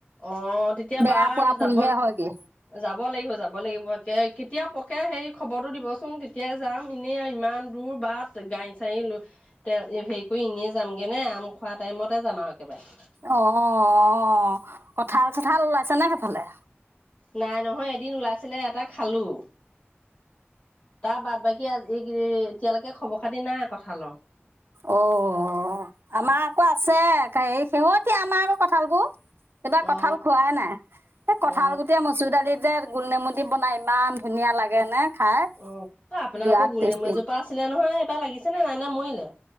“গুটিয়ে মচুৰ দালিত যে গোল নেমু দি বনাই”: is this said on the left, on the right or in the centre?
Right